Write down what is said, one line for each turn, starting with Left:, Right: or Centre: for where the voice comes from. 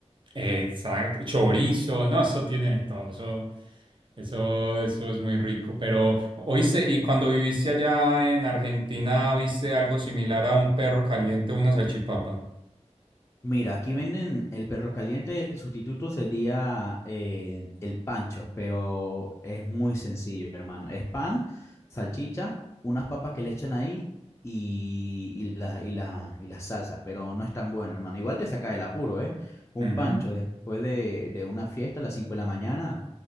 Right: Exacto, chorizo, no, eso tiene de todo, eso, eso, eso es muy rico. Pero, oíste, y cuando viviste allá en Argentina, ¿viste algo similar a un perro caliente o una salchipapa?
Left: Mira, aquí venden el perro caliente, el sustituto sería eh, el pancho, pero es muy sencillo, hermano. Es pan, salchicha, unas papas que le echan ahí y, y la, y la, y la salsa, pero no es tan bueno, hermano. Igual te saca del apuro, ¿eh? Un
Right: Ujú.
Left: pancho
Right: <laughs>
Left: después de, de una fiesta a las 5 de la mañana,